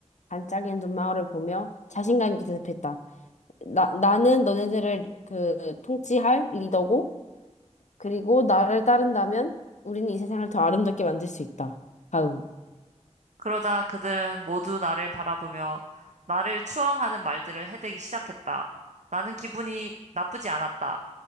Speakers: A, on the left; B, on the right.
A: 반짝이는 눈망울을 보며 자신감 있게 대답했다. 나, 나는 너네들을 그 통치할 리더고, 그리고 나를 따른다면 우리는 이 세상을 더 아름답게 만들 수 있다. 다음.
B: 그러자 그들은 모두 나를 바라보며 나를 추앙하는 말들을 해대기 시작했다. 나는 기분이 나쁘지 않았다.